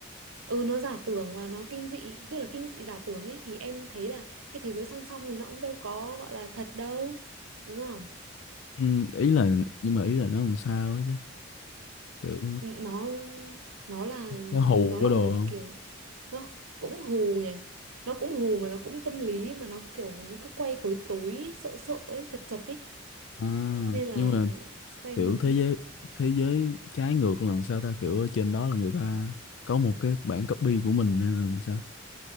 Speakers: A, on the right; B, on the left.
A: ừ nó giả tưởng và nó kinh dị tức là kinh dị giả tưởng ấy thì em thấy là cái thế giới song song này nó cũng đâu có gọi là thật đâu đúng không
B: ừ, ý là nhưng mà ý là nó làm sao ấy chứ kiểu
A: N- nó nó là
B: có hù
A: nó
B: có
A: là
B: đồ
A: một
B: không
A: kiểu nó cũng hù nhỉ nó cũng hù mà nó cũng tâm lý mà nó kiểu nó cứ quay tối tối sợ sợ ấy chật chật ấy
B: à,
A: nên là
B: nhưng mà
A: xem
B: kiểu
A: nó
B: thế giới thế giới trái ngược là làm sao ta kiểu ở trên đó là người ta có một cái bản copy của mình hay là làm sao